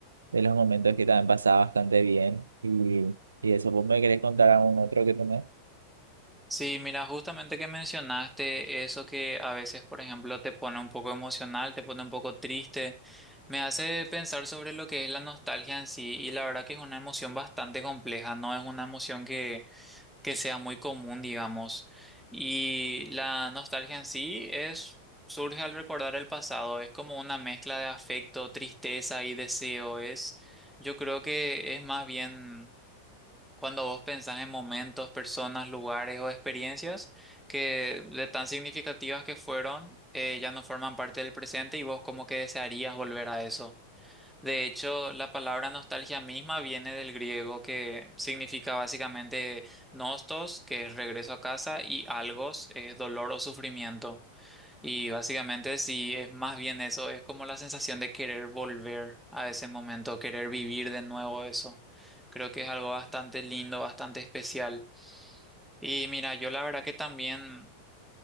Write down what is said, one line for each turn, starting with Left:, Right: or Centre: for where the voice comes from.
Right: de los momentos que también pasaba bastante bien y, y eso, ¿vos me querés contar algún otro que tenés?
Centre: Sí, mira, justamente que mencionaste eso que a veces, por ejemplo, te pone un poco emocional, te pone un poco triste, me hace pensar sobre lo que es la nostalgia en sí y la verdad que es una emoción bastante compleja, no es una emoción que que sea muy común, digamos. Y la nostalgia en sí es, surge al recordar el pasado, es como una mezcla de afecto, tristeza y deseo. Es, yo creo que es más bien cuando vos pensás en momentos, personas, lugares o experiencias que de tan significativas que fueron, eh, ya no forman parte del presente y vos como que desearías volver a eso. De hecho, la palabra nostalgia misma viene del griego que significa básicamente nostos, que es regreso a casa, y algos, es dolor o sufrimiento. Y básicamente sí, es más bien eso, es como la sensación de querer volver a ese momento, querer vivir de nuevo eso. Creo que es algo bastante lindo, bastante especial. Y mira, yo la verdad que también...